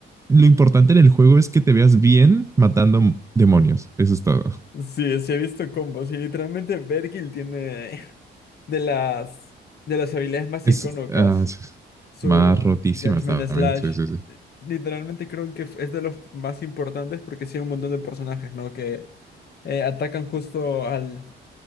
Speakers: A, on the right (about 15°); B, on the left (about 55°).
A: lo importante en el juego es que te veas bien matando demonios. Eso es todo.
B: Sí, sí he visto combos y literalmente Vergil tiene <laughs> de las de las habilidades más
A: Es,
B: icónicas
A: ah,
B: su
A: más rotísimas
B: Judgment
A: también.
B: Slash.
A: Sí, sí, sí.
B: Literalmente creo que es de los más importantes porque sí hay un montón de personajes, ¿no? Que eh, atacan justo al